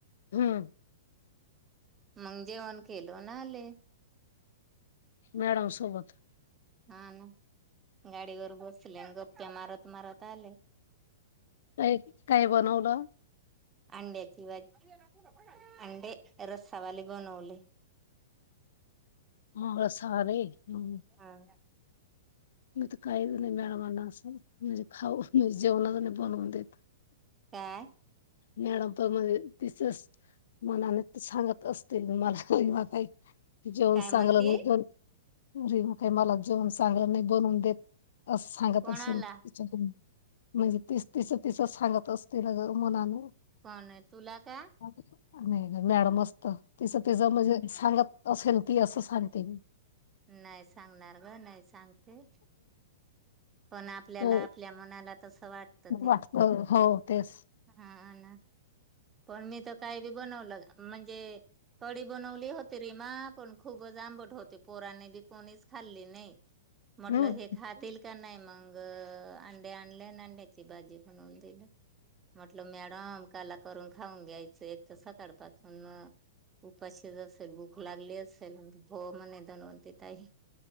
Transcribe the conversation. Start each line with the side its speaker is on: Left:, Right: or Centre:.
Left: हम्म
Right: मग जेवण केलो ना आले
Left: मॅडम सोबत
Right: हा ना गाडीवरर बसले आणि गप्च्या मारत मारत आले
Left: का काय बनवलं
Right: अंड्याची भाज अडे रज सवाल ब नवली
Left: मग सारे हं.
Right: हा
Left: मी तर काहीच नाही मॅडमना असं म्हणजे खाऊ म्हणजे जेवणाच नाही बनवून देत
Right: काय
Left: मॅडमप मध्ये तसच मनाने ते सांगत असतील मला बा काही जेवण
Right: काय
Left: चांगलं
Right: म्हणते
Left: नाही बरी म काही मला जेवण चांगलं नाही बनवून देत अस सांगत
Right: कोणाला
Left: असेल तिच्याक म्हणजे तीस तिस तिसच सांगत असतील ना मनाने
Right: पण तुला का
Left: नाही नाही मॅडम असत तिच तिचं म्हणजे सांगत असेल ती असं सांगते मी
Right: नाही सांगणार ग नाही सांगते. पण आपल्याला
Left: अ
Right: आपल्या मनाला तसं वाटतं ते
Left: वा हो तेच
Right: हा ना पण मी तर काही बी बनवलं म्हणजे हडी बनवली होती रीमा पण खूपच आंबट होते पोराने बी कोणीच खाल्ली नाही म्हटलं
Left: हम्म
Right: हे खातील का नाही मग मग अंडे्या आणले आणि अंड्याची भाजी बनवून दिली म्हटलं मॅडम काला करून खाऊन घ्यायच एक तर सकाळ पाासून उपाशीच असेल भूक लागली असेल भ म्हणे जानवती तई